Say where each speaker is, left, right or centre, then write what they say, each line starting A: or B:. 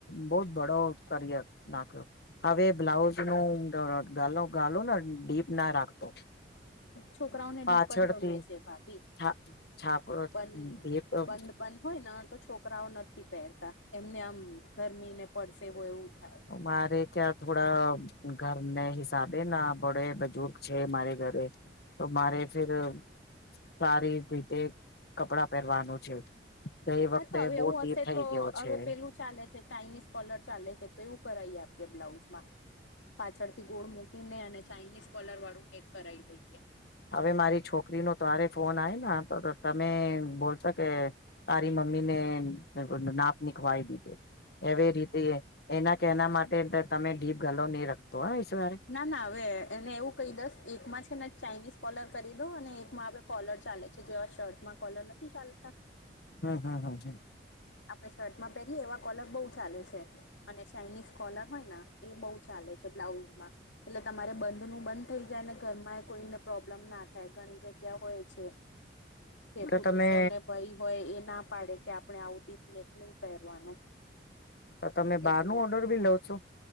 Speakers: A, on the left (about 60°); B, on the left (about 85°).
A: બો જ ભડો કર્યા. નાખ્યો. હવે બ્લાઉઝ નું ગાલો ને ડીપ ના રાખતો.
B: છોકરાઓને ડીપ
A: પાછળથી
B: જ ગમે છે, ભાભી.
A: છા છાપ
B: બંધ,
A: એ તો
B: બંધ, બંધ હોયને, તો. છોકરાઓ નથી પહેરતા. એમને આમ ગરમીને પડસે હો, એવું થાય.
A: મારે ક્યાં થોડા ઘરને હિસાબે? ના, બડે બજુર્ગ છે મારે ઘરે. તો મારે ફેર સારી રીતે કપડા પહેરવાનું છે. ગઈ વખતે
B: હા, તો હવે
A: બહુ
B: એવું
A: ડીપ
B: હશે,
A: થઈ
B: તો
A: ગયો છે
B: હવે પેલું ચાલે છે. ચાાઈનીઝ કોલર ચાલે છે, તો એવું કરાવએ. આપે બ્લાઉઝમાં પાછળથી ગોળ મૂકી. પીને અને ચાઇનીઝ કોલર વાળું કેેક કરાવી દઈ
A: હવે મારી છોકરી નો તરે ફોન આવીને તો તમે બોલશો કે તારી મમ્મીને નાપ નીખવાય દીધુ એવી રીતે એના કે એના માટે તમે ડીપ ગલો નહી રખતો હ સવારે
B: ના ના હવે એને એવું કહી દસ એકમાં છે ને ચાઇનીઝ કોલર કરી દો અને એકમાં હ કોલર ચાલે છે જેવા શર્ટમાં કોલર નથી ચાલતા
A: હમ હમ હમ હમ
B: આપડણે શર્ટમાં પહેરીએ એવા કોલર બહુ સલેુ છે અને ચાઇનીઝ કોલર હોય ને એ બહુ ચાલે છે બ્લાઉઝમાં એટલે તમારે બંધ નું બંધ થઈ જાય ને ઘરમાં કોઈને પ્રોબ્લેમ ના થાય ઘણી જગ્યા હોય છે કે
A: તો
B: પુરુષો
A: તમે
B: અને ભાઈ હોય એ ના પાડે કે આપણે આવું ીપનેક નહી પહેરવાનું
A: તો તમે બહાર
B: એટલે
A: ન ઓર્ડર ભી લવ છો